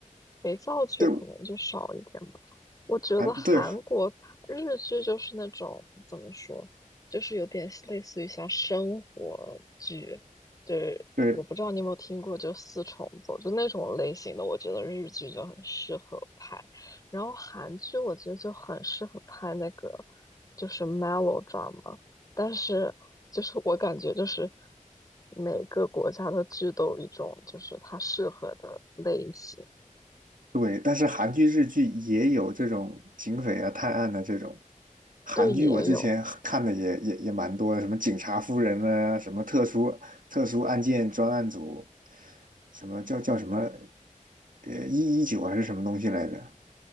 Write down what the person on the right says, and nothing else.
对
韩对
对
对，但是韩剧、日剧也有这种警匪啊、探案的这种。韩剧我之前看的也也也蛮多的，
什么警察夫人啊，什么特殊特殊案件专案组，什么叫叫什么呃一一九还是什么东西来着？